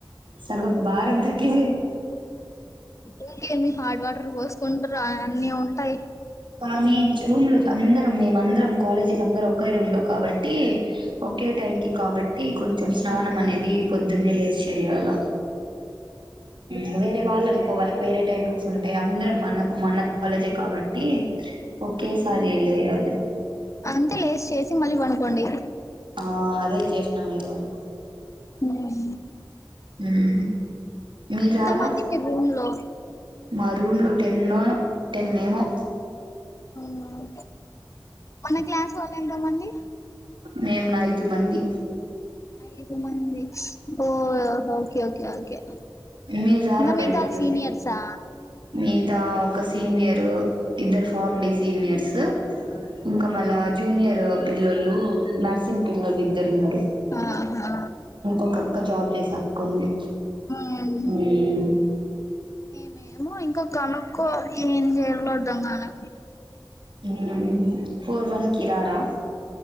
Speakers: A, on the right; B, on the left.
A: సగం బారం తకి
B: ఇంకేమి హాట్ వాటర్ పోసుకుంటూ రా అన్నీ ఉంటాయి
A: కానీ రూమ్ లో అందరం మేమందరం కాలేజీ అందరం ఒకే రూమ్ లో కాబట్టి ఓకే టైం కి కాబట్టి కొంచెం స్నానం అనేది పొద్దున్నే లేచి చెయ్యాల హు వేరే వాళ్ళు అనుకో వాళ్ళకి వేరే టైమింగ్స్ ఏ అందరం మనకు మన కాలేజే కాబట్టి ఓకే సారి లేయాలి
B: అంతే లేస్ చేసి మళ్ళీ పనుకోండి
A: ఆ అదే చేసినాం ఈరోజు
B: ఉ మ్
A: ఉమ్ మీరు రారా
B: మంది మీ రూమ్ లో
A: మా రూమ్ లో ఎన్నో టెన్నేమో
B: మ్ మన క్లాస్ వాళ్ళు ఎంతమంది
A: మేం ఐదు మంది
B: ఐదు మంది ఓ ఓకే ఓకే ఓకే
A: మీరారా
B: ఇంగ మిగతా
A: బయటికి
B: వాళ్ళు సీనియర్సా
A: మీదా ఒక సీనియర్ ఇద్దరు ఫామ్ డి సీనియర్స్ ఇంకా మళ్ళా జూనియర్ పిల్లొలు నర్సింగ్ పిల్లొలు ఇద్దరు ఉన్నారు
B: ఆ ఆ
A: ఒక అక్క జాబ్ చేసే అక్క ఉంది
B: ఉమ్
A: హుమ్మ్
B: మేము ఇంకా కనుకోవాలి ఏం చేయలో అర్థం కాలే
A: హ్మ్మ్ ఫోర్ వన్ కి రారా